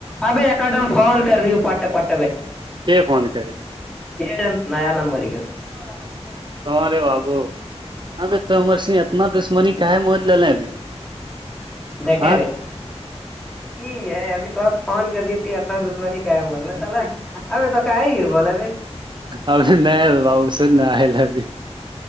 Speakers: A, in the centre; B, on the right.
A: ابائی ایکڈم فون کر دیے پٹا پٹا بیٹے
B: کے فون کرے
A: ن نیا نمبر کا <unintelligible>
B: توہارے بابو ہاں تومر سے اتنا دشمنی کا ہے مج لے لے ابھی
A: دیکھیں
B: ہاں
A: رے یہ ہے اب کو فون کر دیتی ا اپنا دشمنی کیا ہے مولنا سالا اب تو کئی ہیر بولے بائی
B: اب نہیں ب س ن آ لب